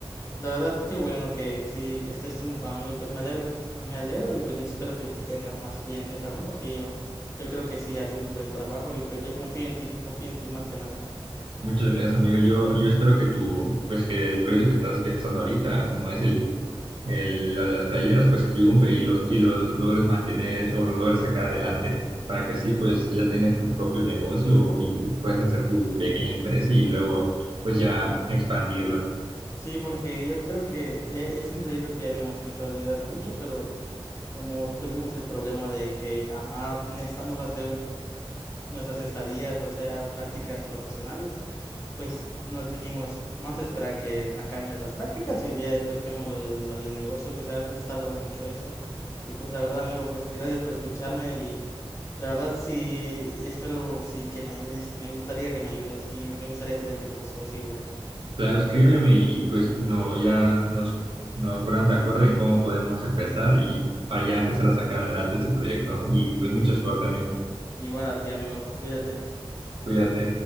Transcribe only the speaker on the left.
La verdad, qué bueno que sí estés triunfando y pues me alegro, que- me alegro y pues espero que tengas más clientes aún porque yo, yo creo que sí haces un buen trabajo y pues yo confío en ti, confío en ti más que nada.
Sí, porque yo creo que e- es un proyecto que habíamos pensado desde hace mucho, pero como tuvimos el problema de que, ajá, necesitamos hacer un- nuestras estadías, o sea, prácticas profesionales. pues nos dijimos, vamos a esperar que acaben estas prácticas y ya después vemos lo del, lo del negocio, pues ahorita se está hablando mucho de eso. Y pues la verdad, amigo, pues gracias por escucharme y la verdad sí, espero sí que me ayudes, me gustaría que me ayudes y me gustaría tenerte como socio igual.
Igual a ti, amigo, cuídate.